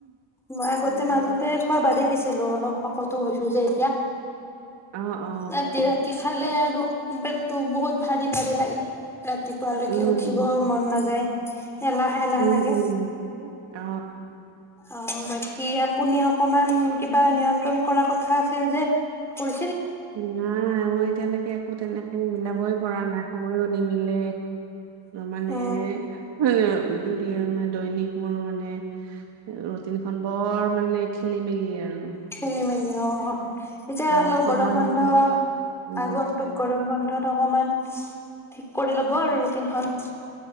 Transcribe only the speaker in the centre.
মই আগতে
মাজতে খোৱা বাদেই দি ছিলো অলপ শকতটো হৈছো যে এতিয়া
ৰাতি ৰাতি খা লে আৰু পেটটো বহুত ভাৰি ভাৰি লাগে। ৰাতিপুৱালৈকে
উঠিব মন নাযায় <unintelligible> এলাহ এলাহ
লাগে
অ বাকী আপুনি অকমান
কিবা নিয় ম কৰা কথা আছিল যে পৰি
অ
খেলি মেলি ইঅ এতিয়া
অলপ
গৰম বন্ধ,
আগন্তুক গৰম বন্ধ তত অকমান ঠিক কৰি ল'ব আৰু ৰুটিনখন।